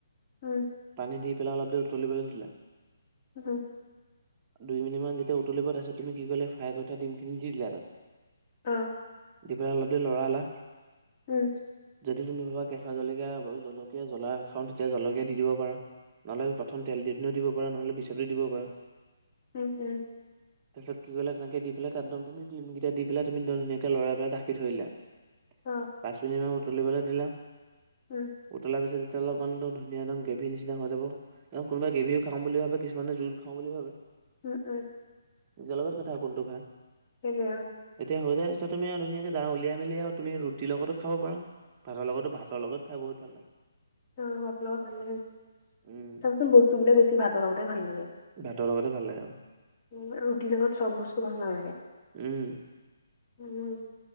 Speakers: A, on the left; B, on the right.
A: হয়
B: পানী দি পেলাই অলপ দেৰি উতলিবলৈ দিলা
A: হয়
B: দুই মিনিটমান যেতিয়া উতলিব তাৰপিছত তুমি কি কলে ফ্ৰাই কৰি থা ডিমখিনি দি দিলা তাত
A: অ
B: দি পেলাই অলপ দেৰি লৰালা
A: উম'
B: যদি তুমি ভাবা কেঁচা জলকীয়া জলকীয়া জ্বলা খাওঁ তেতিয়া জলকীয়া দি দিব পাৰা। নহ'লে প্ৰথম তেল দিওতেনো দিব পাৰা নহ'লে পিছতো দিব পাৰা।
A: ওম ওম'।
B: তাপিছত কি কৰিলা তেনেকে দি পেলাই তাতদম তুমি দিম গিটা দি পেলাই তুমি ধুনীয়াকে লৰাই পেলায় ধাকি থৈ দিলা। <inaudible>
A: অঁ'
B: পাঁচ মিনিটমান উতলিবলে দিলা-
A: উম'
B: উতলা পিছত যেতিয়া অলপমান ধুনীয়া একদম গ্ৰেভী নিচিনা হৈ যাব, কোনোবা গ্ৰেভিও খাম বুলি ভাবে- কিছুমানে জোল খাওঁ বুলি ভাবে।
A: উম উম'
B: নিজ লগত কথা কোনটো খায়।
A: কেনে অঁ'।
B: এতিয়া হৈ যাই তাপিছত তুমি আৰু ধুনীয়াকে উলিয়াই মেলি আৰু তুমি ৰুটিৰ লগতো খাব পাৰা, ভাতৰ লগতো ভাত- তৰ লগত খাই বহুত ভাল লাগে।
A: অঁ ভাত লগত ভাল লাগে,
B: উম
A: চাওকচোন বস্তুবিলাক বেছি ভাতৰ লগতে ভাল লাগে।
B: ভাতৰ লগতে ভালে অঁ'।
A: উম ৰুটিৰ লগত চব বস্তু ভাল নালাগে।
B: উম'
A: উম